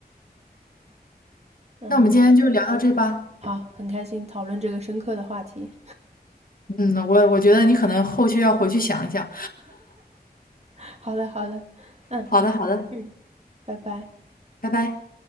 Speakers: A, on the right (about 40°); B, on the left (about 60°).
A: 嗯，
B: 那我们今天就聊到这吧。
A: 好，很开心讨论这个深刻的话题。
B: 嗯，我我觉得你可能后续要回去想一想。
A: <laughs> 好的，好的，嗯
B: 好的，好的，
A: 嗯，拜拜。
B: 拜拜。